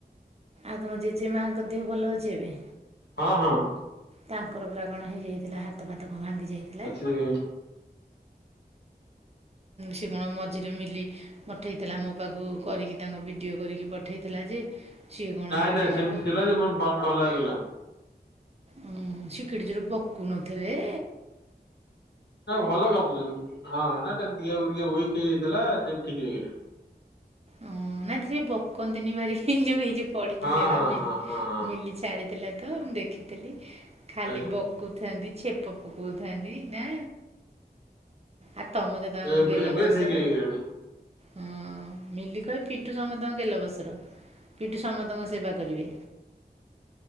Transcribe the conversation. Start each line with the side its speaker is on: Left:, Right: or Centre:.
Right: ଆଉ ତମ ଜେଜେ ମାଙ୍କ ଦେହ ଭଲ ଅଛି ଏବେ?
Left: ହଁ ହଁ।
Right: ତାଙ୍କର ପରା କଣ ହେଇଯାଇଥିଲା ହାତ ଭାତକ ଭାଙ୍ଗି ଯାଇଥିଲା?
Left: ଆଜ୍ଞା।
Right: ସେ କଣ ମଝିରେ ମିଲି ପଠେଇଥିଲା ମୋ ପାଖକୁ। କରିକି ତାଙ୍କ ଭିଡ଼ିଓ କରିକି ପଠାଇଥିଲା ଯେ ସିଏ କ'ଣ
Left: ନାଇଁ
Right: ଏଡ଼େ
Left: ନାଇଁ
Right: ଜୋର
Left: ସେମିତି ଥିଲା ଯେ ଭଲ ହେଇଗଲା।
Right: ଉଁ ଶିକିଡି ଯୋର ବକୁ ନଥିଲେ।
Left: ଭଲ ଗପୁଛନ୍ତି। ହଁ ନା ଦେହ ଟିକେ ୱେକ ହେଇଯାଇଥିଲା ସେ ଠିକ ହେଇଗଲେ।
Right: ଓ ନାଇ ସେ ବକନ୍ତିନି ବାର ଯୋଉ ହେଇଉ ପଡିଥିଲେ
Left: ହଁ
Right: ବା
Left: ହଁ
Right: ମିଲି
Left: ହଁ ହଁ ହଁ
Right: ଛାଡ଼ିଥିଲା ତ ମୁଁ ଦେଖିଥିଲି ଖାଲି
Left: ଆଜ୍ଞା
Right: କହୁଥାନ୍ତି ଛେପ କହୁଥାନ୍ତି ନା। ଆଉ ତମେ ତ ତାଙ୍କୁ
Left: ଏବେ
Right: ଗେଲ
Left: ଏବେ
Right: ବସର
Left: ଠିକ ହେଇଗଲେଣି।
Right: ହଁ ମିଲି କହ ପିଣ୍ଟୁ ସମସ୍ତଙ୍କ ଗଲ ବସର ପିଣ୍ଟୁ ସମସ୍ତଙ୍କ ସେବା କରିବେ